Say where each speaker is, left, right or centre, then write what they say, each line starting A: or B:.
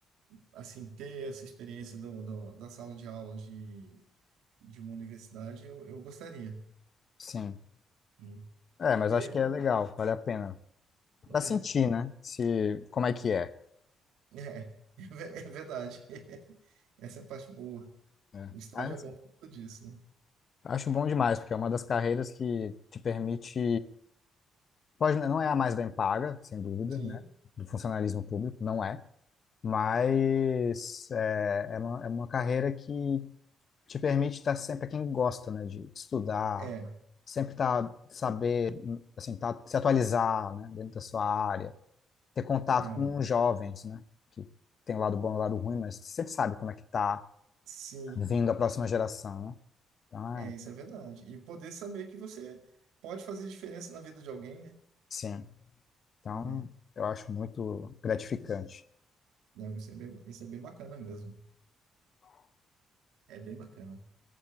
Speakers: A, on the right; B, on the left.
A: assim, ter essa experiência do, do- da sala de aula de, de uma universidade, eu, eu gostaria.
B: Sim.
A: né?
B: É, mas
A: E
B: acho
A: aí,
B: que
A: bo-
B: é legal, vale a pena.
A: é,
B: Pra sentir, né? Se, como é que é.
A: é, <laughs> é ve- é verdade. <laughs> Essa é a parte boa.
B: É.
A: O estágio
B: Mas assim,
A: é bom por conta disso, né?
B: acho bom demais, porque é uma das carreiras que te permite, pode, não é a mais bem paga, sem dúvida,
A: Sim,
B: né? Do funcionalismo público, não é. Mas é, é uma, é uma carreira que te permite estar sempre, para quem gosta, né, de estudar,
A: é,
B: sempre tá, saber, assim, tá, se atualizar, né, dentro da sua área, ter contato
A: não
B: com
A: é.
B: jovens, né, que tem o lado bom e o lado ruim, mas sempre sabe como é que tá
A: Sim.
B: vindo a próxima geração, né? Então,
A: É,
B: é,
A: isso é verdade. E poder saber que você pode fazer diferença na vida de alguém, né?
B: sim. Então,
A: Né?
B: eu acho muito gratificante.
A: Não, isso é bem, isso é bem bacana mesmo. É bem bacana.